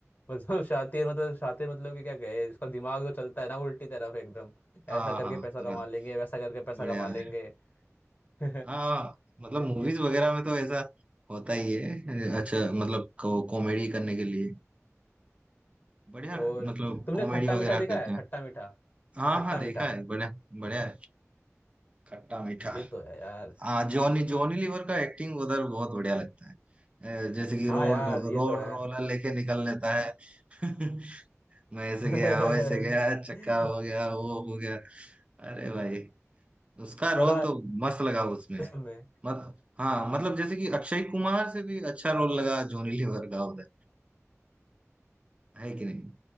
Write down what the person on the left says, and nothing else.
<laughs> मतलब शातिर मतलब शातिर मतलब कि क्या कहे इसका दिमाग तो चलता है ना उल्टी तरफ एकदम
ऐसा करके
पैसा
कमा लेंगे वैसा करके पैसा
कमा
लेंगे <laughs>
ये-
और
तुमने
खट्टा
मीठा देखा
है
खट्टा मीठा
खट्टा
मीठा
ये तो है यार
हाँ
यार ये
तो है
<laughs>
और
राज
में